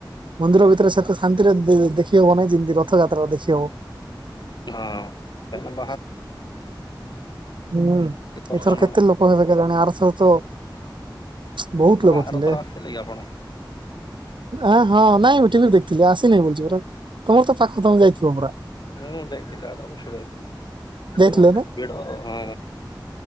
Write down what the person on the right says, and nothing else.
ମନ୍ଦିର ଭିତରେ ସେତେ ଶାନ୍ତିରେ ଦେ ଦେଖି ହବ ନାହିଁ ଯେମିତି ରଥଯାତ୍ରା ଦେଖିହବ।
ହୁ ହୁଁ
ଏଥର କେତେ ଲୋକ ହେବେ କେଜାଣି। <unintelligible> ବହୁତ
ଲୋକ
ଥିଲେ
ଆ ହଁ। ନାଇଁଠି ବି ଦେଖିଥିଲି ଆସିନାହିଁ ବୁଛି ପୁରା ତମର ତ ପାଖକୁ ତମେ ଯାଇଥିବ ପୁରା।
ଯାଇଥିଲେ
ନା